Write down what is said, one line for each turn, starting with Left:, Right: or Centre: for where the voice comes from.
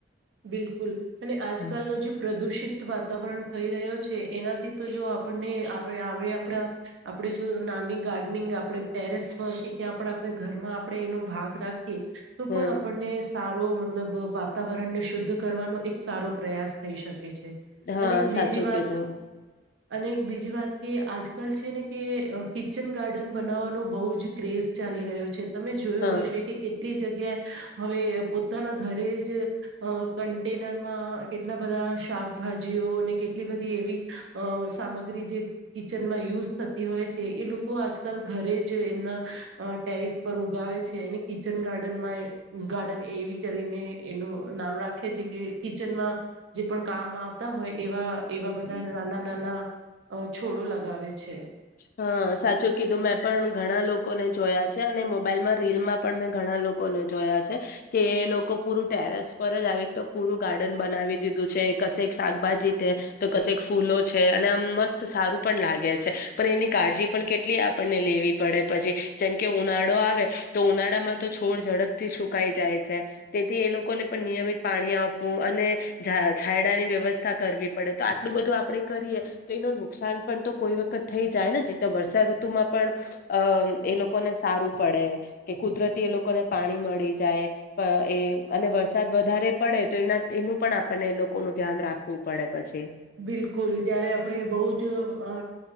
Right: બિલકુલ અને આજકાલનો
Left: હમ.
Right: જે પ્રદુષિત વાતાવરણ થઈ રહ્યો છે એનાથી તો જો આપણને આપડે આવે આપડા આપડે જો નાની ગાર્ડનિંગ આપડે ટેરેસ પર કે આપડે આપડા ઘર માં આપડે એનો ભાગ રાખીએ તો
Left: હમ
Right: પણ આપણને સારું રો મતલબ વાતાવરણને શુદ્ધ કરવાનો એક સારો પ્રયાસ થઈ શ કે છે
Left: હા
Right: અને એક
Left: સાચું
Right: બીજી વાત
Left: કીધું
Right: અને એક બીજી વાત કે આજકાલ છે, ને કે કિચન ગાર્ડન બનાવવાનો બહુ જ ક્રેઝ ચાલી રહ્યો છે, તમે જોયું
Left: હા.
Right: હશે કે કેટલી જગ્યાએ હવે પોતાના ઘરે જ અ કન્ટેનરમાં કેટલા બધા શાકભાજીઓ અને કેટલી બધી એવી અ સામગ્રી જે કિચનમાં યુઝ થતી હોય છે એ લોકો આજકાલ ઘરે જ એમના અ ટેરિસ પર ઉગાવે છે, એને કિચન ગાર્ડન માં ગાર્ડન એવી કરીને એનો નામ રાખે છે કે કિચનમાં જે પણ કામ આવતા હોય એવા એવા બધા નાના નાના છોડો લગાવે છે,
Left: હા, સાચું કીધું. મેં પણ ઘણા લોકોને જોયા છે અને મોબાઈલમાં રીલમાં પણ મેં ઘણા લો કોને જોયા છે કે એ લોકો પૂરું ટેરેસ પર જ આવી રીતે પૂરું ગાર્ડન બનાવી દીધું છે. કશેક શાકભાજી તે, તો કશેક ફૂલો છે અને આમ મસ્ત સારું પણ લાગે છે. પર એની કાળજી પણ કેટલી આપણને લેવી પડે પછી. જેમકે ઉનાળો આવે તો ઉનાળામાં તો છોડ ઝડપથી સુકાઈ જાય છે. તેથી એ લોકોને પણ નિયમિત પાણી આ પવું અને જા છાયડાની વ્યવસ્થા કરવી પડે. તો આટલું બધું આપડે કરીએ તો એનું નુકસાન પન તો કોઈ વખત થઈ જાય ને. જે ત્યાં વર્ષા ઋતુમાં પણ અમ એ લોકોને સારું પડે. કે કુદરતી એ લોકોને પાણી મળી જાય અ એ અને વરસાદ વધારે પડે તો એના તેનું પણ આપણને એ લોકોનું ધ્યાન રાખવું પડે. પછી
Right: બિલકુલ, જયારે આપડે બઉ જ અ